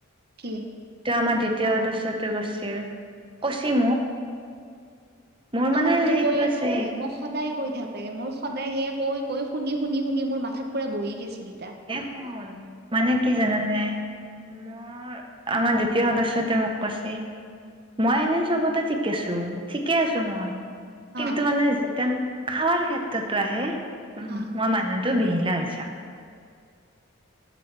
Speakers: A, on the right; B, on the right.
A: কি
B: যিটো আমাৰ দ্বিতীয় সদস্যটো কছিল, কছিল মোক', মোৰ মানে
A: আমাৰতো
B: সেইটো
A: কৈয়ে
B: আছে
A: থাকে, মোক সদায় কৈ থাকে মোৰ', সদায় সেয়ে কৈ- কৈ, শুনি -শুনি -শুনি মোৰ মাথাত পূৰা বহি গিছিল',
B: এ শুন, মানে কি জানানে? উ', মোৰ', - আমাৰ দ্বিতীয় সদস্যতো মোক কৈছি', মই এনেই চবতে ঠিকে আছো ঠিকে আছো মই
A: হা
B: কিন্তু মানে যেতান খাৱাৰ ক্ষেত্ৰতো আহে, উ',
A: হা
B: মই মানুহতো বিহিলা হৈ যাম',